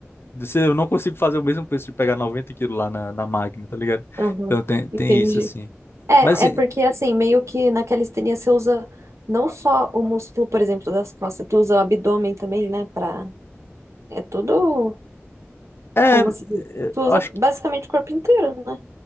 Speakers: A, on the left; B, on the right.
A: você- eu não consigo fazer o mesmo peso de pegar 90 quilos lá na, na máquina, tá ligado?
B: aham,
A: Então tem,
B: entendi.
A: tem isso, assim.
B: É,
A: Mas assim,
B: é porque, assim, meio que na calistenia você usa não só o músculo, por exemplo, das costas, tu usa o abdômen também, né, pra... É tudo
A: é,
B: como se diz.
A: eu
B: Tu usa
A: acho
B: basicamente o corpo inteiro, né?